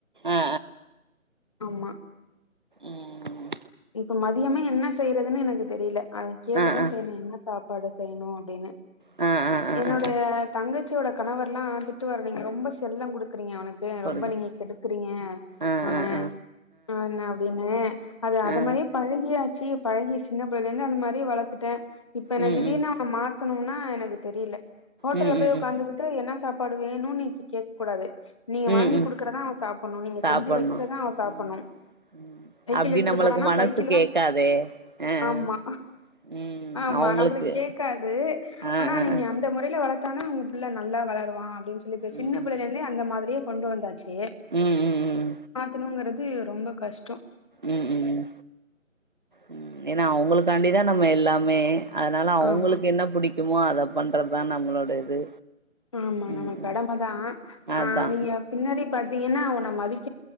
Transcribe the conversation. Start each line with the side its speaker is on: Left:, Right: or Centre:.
Right: ஆ
Left: ஆமா
Right: உம்
Left: இப்ப மதியமே என்ன செய்றதுன்னு எனக்கு தெரியல அதை கேட்டுதான்
Right: ஆ ஆ
Left: செய்ணும் என்ன சாப்ப பாடு செய்யணும் அப்டின்னு
Right: ஆ ஆ ஆ
Left: என்னுடைய
Right: ஆ ஆ
Left: தங்கசி சோட கணவர்ல்லாம் திட்டு வரீங்க ரொம்ப செல்லம் கொடுக் றீங்க அவனுக்கு
Right: கொடுங்க
Left: ரொம்ப நீங்க கெடுக்குறீங்க
Right: ஆ
Left: அவன
Right: ஆ ஆ
Left: ஆ என்ன அப்டினு அது
Right: ஆ
Left: மாரி பழகிய யாச்சு பழகி சின்னபிள்ளைல இருந்துஅந்த மாரி வளத்துட்டேன் இப்ப என்னதிடீர்னு
Right: ம் ம்
Left: அவன மாத்தனும்னா ஆ எனக்கு தெரில ஹோட்டல்ல
Right: ம்
Left: போய்
Right: ம் ம்
Left: உகாந்துட்டு என்னா சாப்பாடு வேணும்னு நீக்கு கேக்க கூடாது நீங்க
Right: ம்
Left: வாங்கி
Right: ம்
Left: குடுக்கறதான் அவ சாப்பிடும் நீங்க
Right: சாப்பட்ணு
Left: செஞ்சு வைக்கிறதான் அவ சாப்ணும்
Right: ம் ம் அப்டி
Left: எடுத்து
Right: நம்மளுக்கு
Left: போனனா
Right: மனசு
Left: சைக்கிள்
Right: கேக்காதே
Left: தான்
Right: ஆ
Left: ஆமா
Right: ஆ ம்
Left: ஆமா
Right: அவுங்களுக்கு
Left: நம்மளுக்கு கேக்காது
Right: ஆ
Left: ஆனா
Right: ஆ
Left: நீங்க
Right: ஆ
Left: அந்த மொறையில வளத்தானா புள்ள நல்லா வளருவான் சொல்லி
Right: ம்
Left: சின்ன பிள்ளைலந்தே மாரியே கொண்டு வந்தாச் சு
Right: ம் ம் ம்
Left: மாத்தணுங்கிறது ரொம்ப கஷ்டம்
Right: உம் உம் உம் உம் ஏன்னா அவுங்களுக்கு காண்டிதாக நம்ம எல்லாமே அதனால் அவங்களுக்கு
Left: ஆமா
Right: என்ன பிடிக்கும் முக்குமோ அதை பண்றதுதான் நம்மளோட இது
Left: ஆமா
Right: ம்
Left: நம
Right: ம்
Left: கடமைதான்
Right: அதா
Left: ஆஹ் நீங்க பின்னாடி பாத்தீங்கன்னா நம்ம அதிக